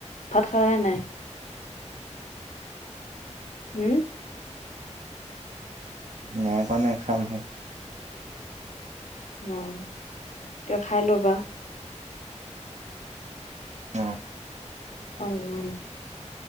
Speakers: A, on the left (about 75°); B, on the right (about 70°).
A: ভাত খালানে নাই? উম্।
B: নাই খোৱা, খামহে।
A: উম্। ত খাই ল'বা।
B: অ
A: উম্ উম্।